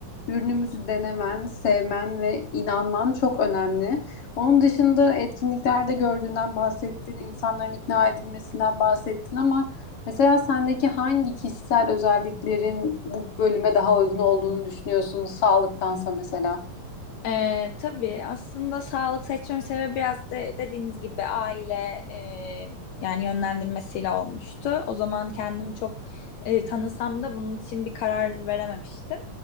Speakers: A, on the left (about 50°); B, on the left (about 70°).
A: ürünümüzü denemen, sevmen ve inanman çok önemli. Onun dışında etkinliklerde gördüğünden bahsettin, insanların ikna edilmesinden bahsettin ama mesela sendeki hangi kişisel özelliklerin bu bölüme daha uygun olduğunu düşünüyorsun sağlıktansa mesela?
B: Ee, tabii aslında sağlık seçmemin sebebi biraz de, dediğiniz gibi aile e, yani yönlendirmesiyle olmuştu. O zaman kendimi çok e, tanısam da bunun için bir karar verememiştim.